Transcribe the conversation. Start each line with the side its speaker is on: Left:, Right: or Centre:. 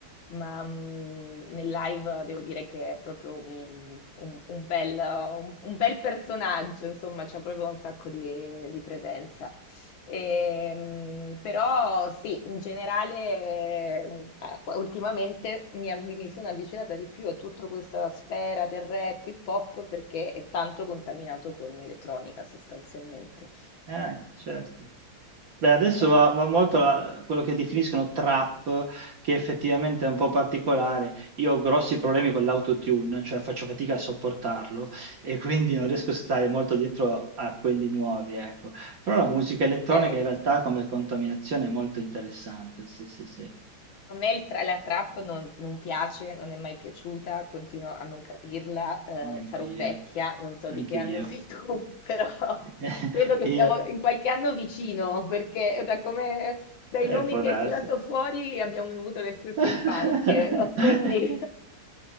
Left: ma mm, nel live devo dire che è proprio un, un- un bel, un- un bel personaggio, insomma, c'ha proprio un sacco di, di presenza. Ehm, però sì, in generale, eh, ultimamente mi, avvi- mi sono avvicinata di più a tutta questa sfera del rap hip hop perché è tanto contaminato con elettronica sostanzialmente.
Right: Eh, certo. Beh, adesso
Left: Beh,
Right: va, va molto la- quello che definiscono trap, che effettivamente è un po' particolare. Io ho grossi problemi con l'autotune, cioè faccio fatica a sopportarlo e quindi non riesco a stare molto dietro a quelli nuovi, ecco. Però la musica elettronica
Left: ok.
Right: in realtà come contaminazione è molto interessante. Sì, sì, sì,
Left: A me il tra- la trap non, non piace, non è mai piaciuta, continuo a non capirla, eh,
Right: anch'io,
Left: sarò vecchia, non so di
Right: anch'io.
Left: che anno sei tu, <laughs> però
Right: <laughs>
Left: credo che
Right: Io,
Left: siamo in qualche anno vicino, perché da come, dai
Right: eh,
Left: nomi
Right: può
Left: che
Right: darsi.
Left: hai tirato fuori abbiamo avuto le stesse
Right: <laughs>
Left: infanzie, <laughs> quindi...